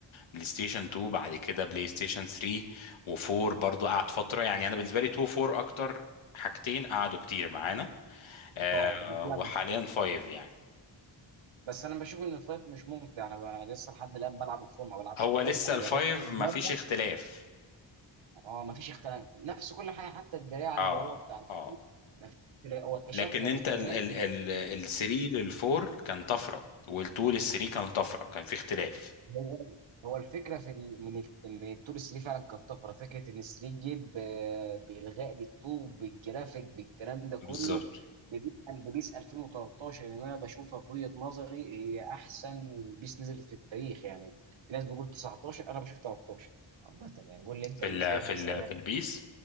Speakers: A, on the left; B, on the right.
A: بلاي ستيشن 2 بعد كده بلاي ستيشن 3 و4 برضو قعد فترة يعني انا بالنسبة لي 2 4 اكتر حاجتين قعدوا كتير معانا آه
B: اه بالفعل
A: وحاليا 5 يعني
B: بس انا بشوف ان الفايت مش ممتع انا ب- لسه لحد الان بلعب الفول ما بلعبش
A: هو
B: الفايت
A: لسه
B: انا
A: الفايف
B: جربت مره
A: مفيش اختلاف
B: اه ما فيش اختلاف نفس كل حاجه حتى الدراع اللي
A: اه
B: هو بتاع الفول
A: اه
B: ما فيش اختلاف هو كشكل
A: لكن
B: يعني
A: انت
B: اختلاف
A: ال ال ال ال 3 لل 4 كان طفرة وال 2 لل 3 كان طفرة كان في اختلاف
B: هو هو الفكره في ال- من ال- من التور 3 فعلا كانت طفره فكره ان 3 جي ب- بالغاء للطوب بالجرافيك بالكلام ده كله
A: بالظبط
B: بيسأل ببيس 2013 اللي انا بشوفها في وجهه نظري هي احسن بيس نزلت في التاريخ يعني في ناس بتقول 19 انا بشوف 13 عامه يعني قول لي انت
A: في
B: بالنسبه
A: ال في
B: لك بيس
A: ال
B: انا
A: في البيس